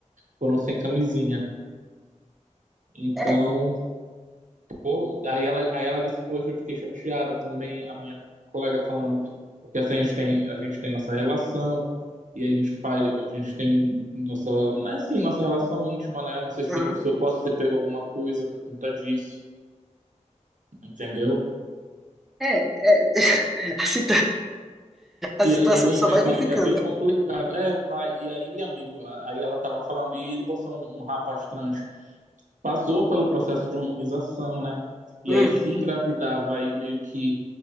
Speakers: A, on the right; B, in the centre.
A: foram sem camisinha. Então
B: É.
A: Pô, aí ela, aí ela disse, poxa, eu fiquei chateada também, a minha colega falando, porque assim a gente tem, a gente tem nossa relação, e a gente faz, a gente tem nossa, né, assim, nossa relação íntima, né? Não sei se,
B: Uhum.
A: se eu posso ter pego alguma coisa por conta disso, entendeu?
B: É, é, <laughs> assim,
A: E
B: A situação
A: aí é bem,
B: só
A: é
B: vai
A: bem,
B: complicando.
A: é bem complicado. É, vai, e aí, amigo, a- aí ela tava falando, e ele botou um, um rapaz trans. passou pelo processo de hormonização, né? E
B: Hum,
A: aí se engravidava e meio que